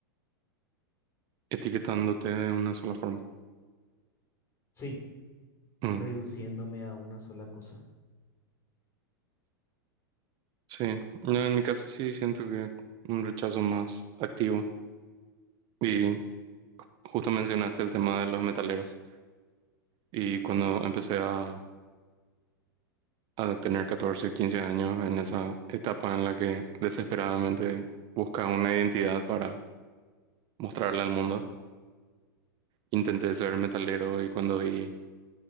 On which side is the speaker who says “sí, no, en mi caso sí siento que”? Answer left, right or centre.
Right